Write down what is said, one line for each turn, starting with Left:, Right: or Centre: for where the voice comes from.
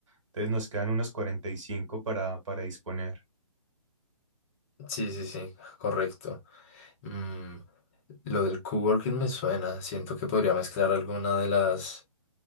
Right: Entonces nos quedan unos 45 para, para disponer.
Left: Sí, sí, sí, correcto. Mm, lo del coworking me suena, siento que podría mezclar alguna de las